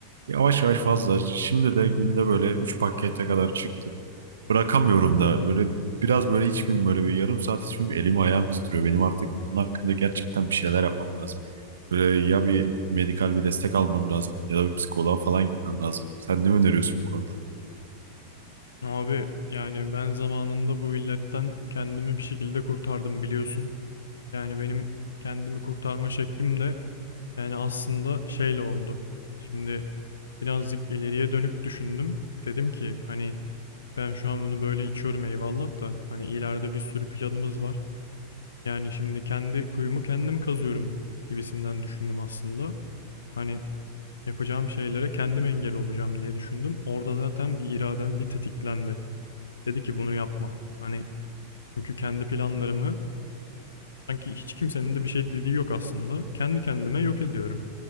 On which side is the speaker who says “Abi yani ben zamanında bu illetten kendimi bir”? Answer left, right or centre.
Left